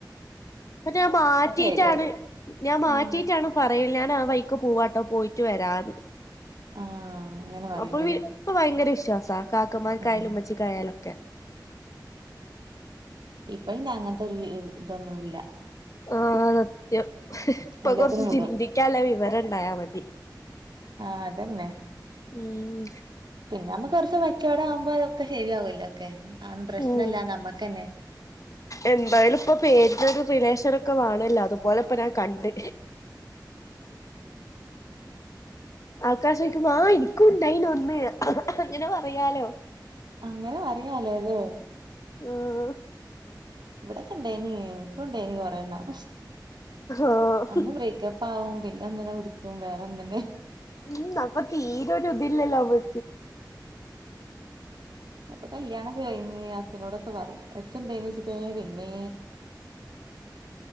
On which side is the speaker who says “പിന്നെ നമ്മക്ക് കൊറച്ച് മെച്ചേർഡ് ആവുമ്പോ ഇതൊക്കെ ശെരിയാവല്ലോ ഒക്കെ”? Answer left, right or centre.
Right